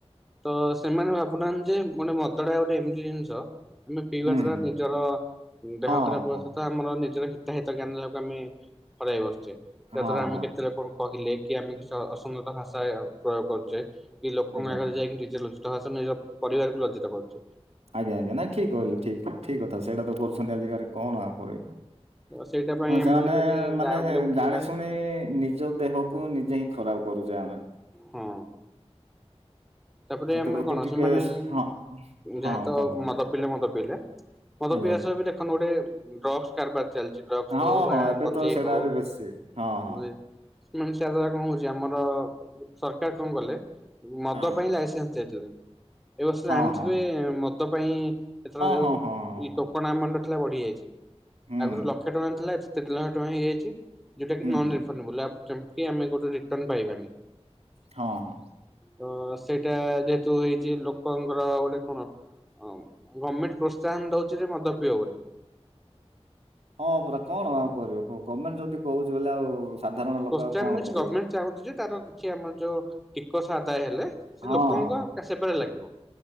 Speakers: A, in the centre; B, on the right.
A: ତ ସେମାନେ ଭାବୁନାହାନ୍ତି ଯେ ମାନେ ଗୋଟେ ମଦଟା ଗୋଟେ ଏମିତି ଜିନିଷ ଆମେ ପିଇବା
B: ହୁଁ
A: ଦ୍ଵାରା
B: ହୁଁ
A: ନିଜର
B: ହୁଁ
A: ଦେହ
B: ହଁ
A: ଖରାପ ହବା
B: ହଁ
A: ସତା ଆମର ନିଜର ଶି୍ତାହିତ ଜ୍ଞାନ ଯାହାକୁ ଆମେ ହରେଇ ବସୁଛେ ଯାହା
B: ହଁ
A: ଦ୍ୱାରା ଆମେ
B: ହଁ
A: କେତେ ଲୋକ କହିଲେ କି ଆମେ କିସ ଅସମୀତ ଭାଷା ପ୍ରୟୋଗ କରୁଚେ କି ଲୋକଙ୍କ
B: ଆଜ୍ଞା
A: ଆଗରେ
B: ଆଜ୍ଞା।
A: ଯାଇ ନିଜେ ଲଜ୍ଜି ହାସ ନିଜର ପରିବାରକୁ ଲଜ୍ଜିତ କରୁଚୁ।
B: ଆଜ୍ଞା ଆଜ୍ଞା ନା ଠିକି କହିଲେ ଠିକି ଠିକି ଠିକି କଥା ସେଇଟା ତ ଆଜିକାଲି କଣ ଆଉ କରିବୁ।
A: ସେଇଟା ପାଇଁ
B: ହଁ
A: ଆମେ
B: ସେମାନେ
A: ଯଦି
B: ମାନେ
A: ଗ୍ରାଉଣ୍ଡ ଲେବୁଲରେ
B: ଜାଣି ଶୁଣି ନିଜ ଦେହକୁ କୁ ନିଜେ ହିଁ ଖରାପ କରୁଚେ ଆମେ।
A: ହଁ। ତାପରେ
B: ସେଥିପ୍ରତି
A: ଆମର କଣ
B: ଟିକେ
A: ସେମାନେ
B: ହଁ ହଁ
A: ଯାହାତ
B: କୁହନ୍ତୁ କୁହନ୍ତୁ
A: ମଦ ପିଲେ ମଦ ପିଇଲେ ମଦ
B: ଆଜ୍ଞା
A: ପିଇବା ସହ ଦେଖନ୍ତୁ ଗୋଟେ ଡ୍ରକ୍ସ କରବାର ଚାଲିଚି। ଡ୍ରକ୍ସ
B: ହଁ
A: ହଉ ବା
B: ହଁ ଏବେ
A: ଗଞ୍ଜେଇ
B: ତ ସେଇଟା
A: ହଉ।
B: ଆହୁରି ବେଶୀ ହଁ ହଁ
A: ମାନେ ସେ ଦ୍ଵାରା କଣ ହଉଚି ଆମର ସରକାର କଣ କଲେ ମଦ
B: ହଁ
A: ପାଇଁ ଦେଇଥିଲେ ଏ ବର୍ଷ ଜାଣିଥିବେ
B: ହଁ ହଁ
A: ମଦ ପାଇଁ ଏଥର ଯୋଉ
B: ହଁ ହଁ ହଁ ହଁ ହଁ ହଁ
A: ଟୋକନ ଆମାଣ୍ଡ ଥିଲା ବଢ଼ିଯାଇଛି
B: ହୁଁ
A: ଆଗରୁ ଲକ୍ଷ୍ୟ ଟଙ୍କା ଥିଲା ଏଠି ତିନି ଲକ୍ଷ ଟଙ୍କା ହେଇଯାଇଛି। ଯଉଟାକୀ
B: ହୁଁ
A: ନନ
B: ହୁଁ ହୁଁ
A: ରେଫନବୁଲୁ ଆ ଆମେ ଗୋଟେ ରିଟନ ପାଇବାନି।
B: ହଁ ହଁ।
A: ତ ସେଇଟା ଯେହେତୁ ହେଇଛି ଲୋକଙ୍କର ଗୋଟେ କଣ ହମ୍ ଗମେଣ୍ଟ୍ ପ୍ରୋତ୍ସାହନ୍ ଦୋଉଚି ଯେ ମଦ ପିଇବ ବୋଲି।
B: ହଁ ପରା କଣ ଆଉ କରିବ କୁହ ଗମେଣ୍ଟ୍ ଯଦି କହୁଚି ବଲେ ଆଉ ସାଧାରଣ ଲୋକ
A: ପୋସ୍ଚାରିଣସ୍
B: ଆଉ କଣ କରିବେ
A: ଗମେଣ୍ଟ୍ ଚାହୁଁଚ ଯେ ତାର କିଛି ଆମର ଯୋଉ ଟିକସ ଆଦାୟ ହେଲେ ସେ
B: ହଁ
A: ଲୋକଙ୍କ
B: ହଁ ହଁ
A: ସେବାରେ ଲାଗିବ।